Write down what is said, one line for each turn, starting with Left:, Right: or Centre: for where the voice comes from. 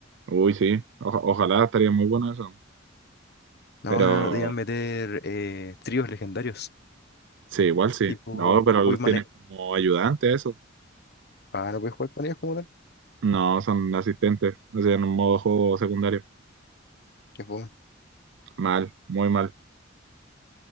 Right: uy, sí. Oja- ojalá estaría muy bueno eso.
Left: No,
Right: Pero
Left: no, no, debían meter eh, tríos legendarios,
Right: sí, igual sí.
Left: tipo
Right: No, pero
Left: Poimane.
Right: los tienes como ayudantes, eso.
Left: Ah, no puedes jugar con ellos como tal.
Right: No, son asistentes. O sea, en un modo juego secundario.
Left: Qué fome.
Right: Mal, muy mal.